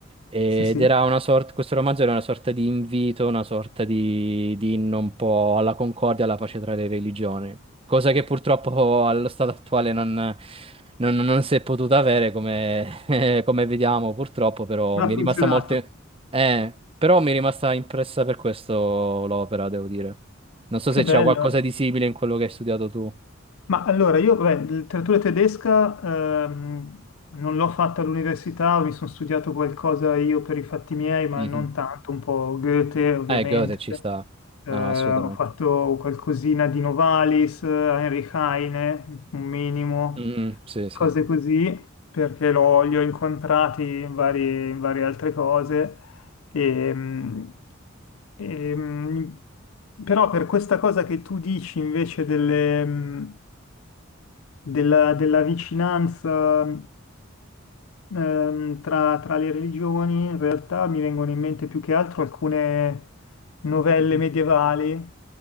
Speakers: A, on the right; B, on the left.
A: Ed
B: Sì, sì.
A: era una sorta, questo romanzo era una sorta di invito, una sorta di, di inno un po' alla concordia, alla pace tra le religioni, cosa che purtroppo allo stato attuale non, non- non si è potuta avere, come eh, come vediamo, purtroppo, però
B: Non
A: mi
B: ha funzionato.
A: è rimasta molte... Eh, però mi è rimasta impressa per questo l'opera, devo dire. Non so
B: Che
A: se
B: bello.
A: c'era qualcosa di simile in quello che hai studiato tu.
B: Ma allora, io, beh, letteratura tedesca ehm, non l'ho fatta all'università, mi sono studiato qualcosa io per i fatti miei, ma
A: Mhm.
B: non tanto, un po' Goethe ovviamente,
A: Eh, Goethe ci sta. No,
B: Eh,
A: no, assolutamente.
B: ho fatto qualcosina di Novalis, eh, Heinrich Heine, un minimo,
A: Mm, sì,
B: cose
A: sì. sì.
B: così, perché l'ho- li ho incontrati in varie, in varie altre cose. E, mm, e, mm, però per questa cosa che tu dici invece delle, mm, della, della vicinanza ehm, tra, tra le religioni, in realtà mi vengono in mente più che altro alcune novelle
A: Mhm.
B: medievali